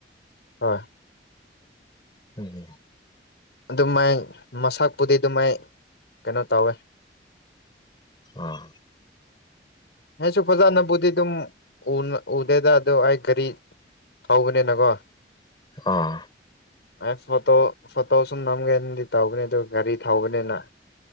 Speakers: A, on the left (about 80°); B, on the left (about 25°).
A: ꯍꯣꯏ
B: ꯎꯝ
A: ꯑꯗꯨꯃꯥꯏ ꯃꯁꯛꯄꯨꯗꯤ ꯑꯗꯨꯃꯥꯏ ꯀꯩꯅꯣ ꯇꯧꯋꯦ
B: ꯑꯥ
A: ꯑꯩꯁꯨ ꯐꯖꯥꯅꯕꯨꯗꯤ ꯑꯗꯨꯝ ꯎꯅ ꯎꯗꯦꯗꯥꯗꯣ ꯑꯩꯥ ꯒꯔꯤ ꯊꯧꯕꯅꯦꯅꯀꯣ
B: ꯑꯥ
A: ꯑꯩ ꯐꯣꯇꯣ ꯐꯣꯇꯣ ꯁꯨꯝ ꯅꯝꯒꯦꯅꯗꯤ ꯇꯧꯕꯅꯤ ꯑꯗꯨ ꯒꯥꯔꯤ ꯊꯧꯕꯅꯤꯅ